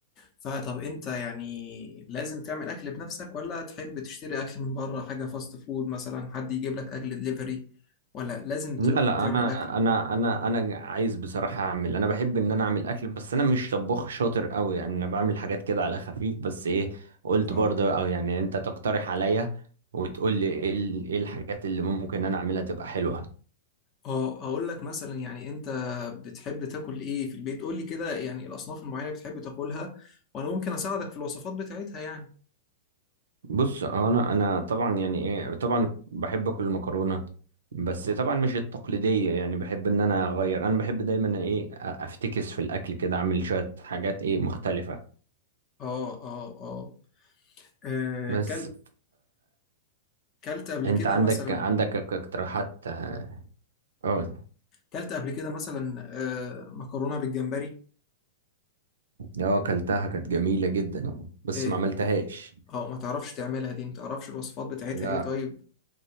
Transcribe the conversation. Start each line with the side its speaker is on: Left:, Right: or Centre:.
Left: فطب انت يعني لازم تعمل اكل بنفسك ولا تحب تشتري اكل من بره حاجه فاست فود مثلا حد يجيب لك اكل دليفري ولا لازم
Right: لا
Left: تقوم
Right: لا
Left: تعمل
Right: انا
Left: الاكل
Right: انا انا انا عايز بصراحه اعمل انا بحب ان انا اعمل اكل بس انا مش طباخ شاطر قوي يعني انا بعمل حاجات كده على خفيف بس ايه قلت
Left: اه
Right: برضه او يعني انت تقترح عليا وتقول لي ايه ال- ايه الحاجات اللي ممكن انا اعملها تبقى حلوه
Left: اه هقول لك مثلا يعني انت بتحب تاكل ايه في البيت قول لي كده يعني الاصناف المعينه اللي بتحب تاكلها وانا ممكن اساعدك في الوصفات بتاعتها يعني
Right: بص انا انا طبعا يعني ايه طبعا بحب اكل المكرونه بس
Left: اه
Right: طبعا مش التقليديه يعني بحب ان انا اغير انا بحب دايما ايه أ- افتكس في الاكل كده اعمل شويه حاجات ايه مختلفه
Left: اه اه اه آه،
Right: بس
Left: كل كلت قبل
Right: انت
Left: كده
Right: عندك
Left: مثلا
Right: عندك اقتراحات اه اه
Left: كلت قبل كده مثلا آه، مكرونه بالجمبري
Right: آه، اكلتها كانت جميلة جدا بس
Left: آه،
Right: ما عملتهاش
Left: اه ما تعرفش تعملها دي ما تعرفش الوصفات بتاعتها
Right: لا
Left: ايه طيب